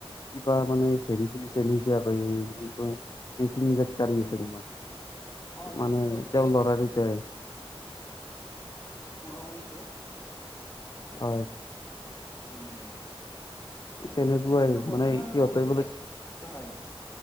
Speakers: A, on the left; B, on the left.
A: কিবা মানে হেৰি খোলিছে নিজাব এই যোন গ কাঢ়িছে তোমাৰ।
B: অ নীতিন
A: মানে
B: গাডকাৰী
A: তেওঁৰ লৰা কেইটাই
B: মই শুনিছোঁ।
A: হয়
B: উম উম
A: তেনেকুৱাই
B: কিন্তু বৰ্তমান
A: মানে সিহঁতে
B: এনেকৈ
A: বোলে
B: হয়